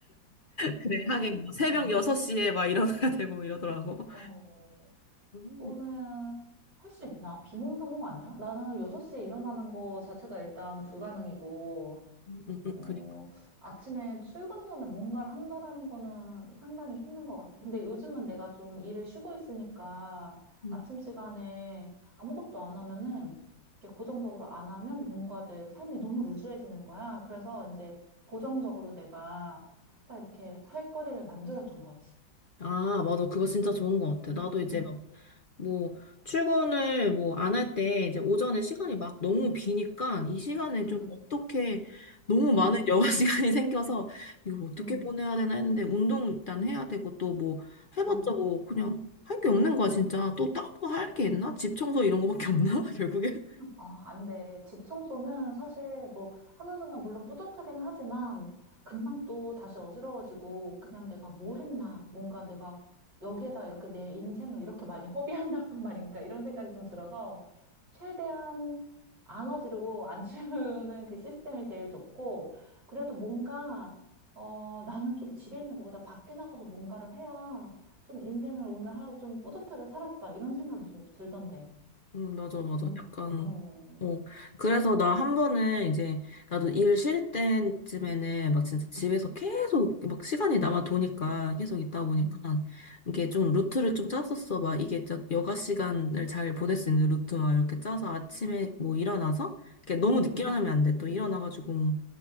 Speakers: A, on the left; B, on the right.
A: 그래, 하긴
B: <laughs>
A: 뭐 새벽
B: 어,
A: 6시에 막 일어나야 되고 이러더라고.
B: 어,
A: 오,
B: 그거는 할 수 있나? 비몽사몽 아니야? 나는 6시에 일어나는 거 자체가 일단 불가능이고,
A: 음, 음, 음,
B: 어,
A: 그래.
B: 아침에 출근 전에 뭔가를 한다라는 거는 상당히 힘든 것 같아. 근데 요즘은 내가 좀 일을 쉬고 있으니까
A: 음.
B: 아침 시간에 아무것도 안 하면은 이렇게 고정적으로 안 하면 뭔가 내 삶이 너무 루즈해지는 거야. 그래서 이제 고정적으로 내가 딱 이렇게 할 거리를 만들어둔 거지.
A: 아, 맞아. 그거 진짜 좋은 것 같아. 나도 이제
B: 음,
A: 막 뭐, 출근을 뭐 안 할 때 이제 오전에 시간이
B: 음,
A: 막 너무 비니까 이 시간에
B: 음,
A: 좀 어떻게 너무 많은
B: 음,
A: 여가 <laughs> 시간이 생겨서 이걸 어떻게
B: 음, 음.
A: 보내야 되나 했는데 운동 일단 해야 되고 또 뭐 해봤자
B: 음.
A: 뭐 그냥 할 게 없는 거야, 진짜. 또 다른 거 할 게 있나? 집 청소 이런 거밖에 없나? <laughs> 결국엔.
B: 아, 안 돼. 집 청소는 사실 뭐는순간 물론 뿌듯하기는 하지만 금방 또 다시 어지러워지고 그냥 내가 뭐 했나 뭔가 내가 여기에다 이렇게 내 인생을 이렇게 많이 허비한단 <laughs> 말인가 이런 생각이 좀 들어서 최대한 안 어지르고 안 치우는 그 시스템이 제일 좋고 그래도 뭔가 어 나는 좀 집에 있는 것보다 밖에 나가서 뭔가를 해야 좀 인생을 오늘 하루 좀 뿌듯하게 살았다 이런 생각이 좀 들던데
A: 음, 맞아, 맞아.
B: 너는
A: 약간,
B: 어.
A: 어. 그래서 나 한 번은 이제, 나도 일 쉴 때쯤에는 막 진짜 집에서 계속 막 시간이 남아 도니까, 계속 있다 보니까,
B: 응,
A: 이게 좀 루트를 좀 짰었어. 막 이게 저 여가 시간을 잘 보낼 수 있는 루트 막 이렇게 짜서 아침에 뭐 일어나서, 이렇게 너무 늦게
B: 응,
A: 일어나면 안 돼. 또 일어나가지고 뭐,